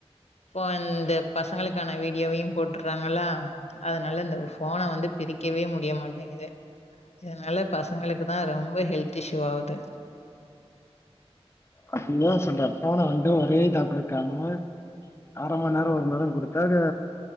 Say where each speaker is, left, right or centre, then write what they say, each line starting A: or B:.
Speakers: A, on the left (about 80°); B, on the left (about 25°).
A: ஃபோன் இந்த பசங்களுக்கான வீடியோவையு போட்டுறாங்களா அது நல்ல இந்த உஃப் ஃபோன வந்து பிரிக்கவே முடியமாட்டேங்குது இதனால பசங்களுக்கு தா ரொம்ப ஹெல்த் இஷ்ஷூ ஆகுது
B: அப்டிதா சொல்றே ஃபோன வந்து ஒரே இதா குடுக்காம அர மணி நேரோ ஒரு மணி நேரோ கொடுத்தா அது